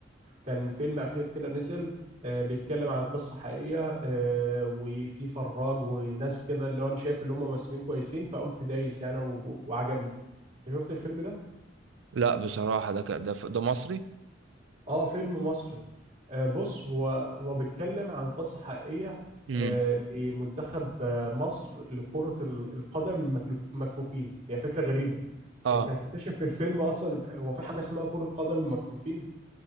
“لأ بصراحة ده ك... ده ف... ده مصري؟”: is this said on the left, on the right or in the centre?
Right